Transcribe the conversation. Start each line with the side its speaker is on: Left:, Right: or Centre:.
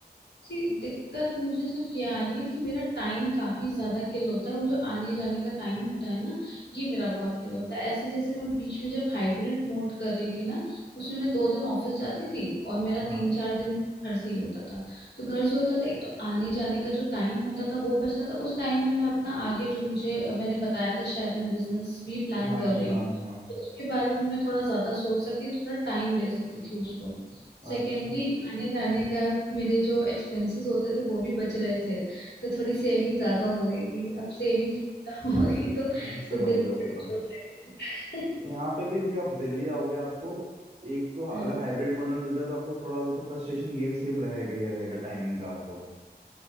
Left: जी दिक्कत मुझे सिर्फ ये आ रही है कि मेरा टाइम काफी ज्यादा किल होता है वो जो आने जाने का टाइम होता है ना ये मेरा बहुत किल होता है ऐसे जैसे मैं बीच में जब हाइब्रिड मोड कर रही थी ना उसमें मैं दो दिन ऑफिस जाती थी और मेरा
Right: हाँ
Left: तीन चार दिन घर से ही होता था तो घर से होता था एक तो आने जाने का जो टाइम होता था वो बचता था उस टाइम में मैं अपना आगे जो मुझे मैंने बताया था शायद मैं बिजनेस भी प्लान
Right: हाँ
Left: कर रही
Right: हाँ
Left: हूँ
Right: हाँ
Left: तो उसके बारे में मैं थोड़ा ज्यादा सोच सकती थी थोड़ा टाइम दे सकती थी उसको सेकेंडली
Right: अच्छा <laughs>
Left: आने जाने का मेरे जो एक्सपेंसेस होते थे वो भी बच रहे थे तो थोड़ी सेविंग ज्यादा हो रही थी अब सेविंग थोड़ी कम हो रही तो
Right: हाँ, समझ
Left: तो दिल
Right: रहा
Left: को
Right: हूँ
Left: बड़ी
Right: ये
Left: चोट
Right: तो
Left: लग रही है
Right: यहाँ पे भी देखिए आप दिल्ली आओगे आपको एक तो अगर
Left: <laughs> हाँ
Right: हाइब्रिड मॉडल मिलता है तो आपको थोड़ा बहुत तो फ्रस्ट्रेशन ये भी सेम रहेगा ही रहेगा टाइमिंग का आपको